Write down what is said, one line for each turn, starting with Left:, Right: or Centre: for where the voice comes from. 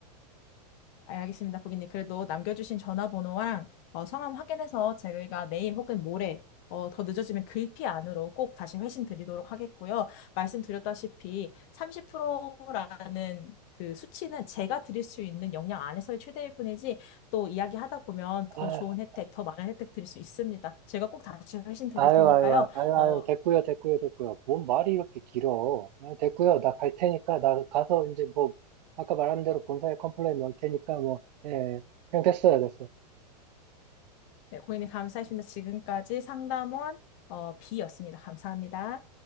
Left: 알겠습니다, 고객님. 그래도 남겨주신 전화번호랑 어, 성함 확인해서 저희가 내일 혹은 모레 어, 더 늦어지면 글피 안으로 꼭 다시 회신 드리도록 하겠고요. 말씀드렸다시피 30%라는 그 수치는 제가 드릴 수 있는 역량 안에서의 최대일 뿐이지 또 이야기하다 보면 더
Right: 아,
Left: 좋은 혜택, 더 많은 혜택 드릴 수 있습니다. 제가 꼭 다시 회신 드릴
Right: 아유,
Left: 테니까요.
Right: 아유, 아유, 아유, 아유,
Left: 어,
Right: 됐고요, 됐고요, 됐고요. 뭔 말이 이렇게 길어. 아, 됐고요, 나 갈 테니까, 나 가서 이제 뭐, 아까 말한 대로 본사에 컴플레인 넣을 테니까, 뭐, 예, 그냥 됐어요, 됐어.
Left: 네, 고객님 감사했습니다. 지금까지 상담원 어, B였습니다. 감사합니다.